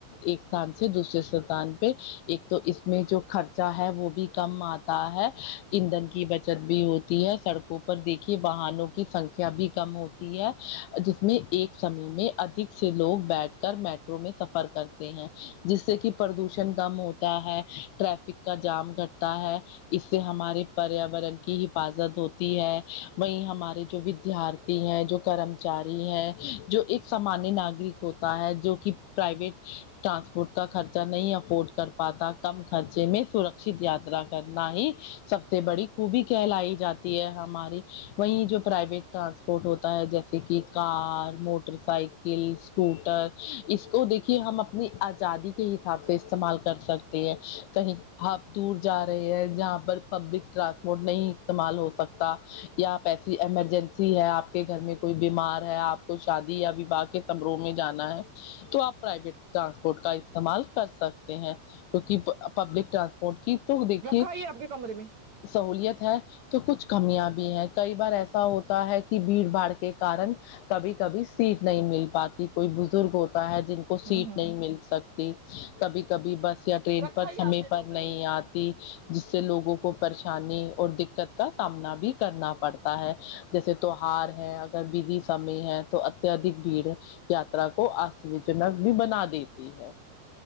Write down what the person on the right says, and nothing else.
رکھا ہی ہے آپ کے کمرے میں
ہوں ہوں
رکھا
ہی
ہے آپ کے
کمرے
میں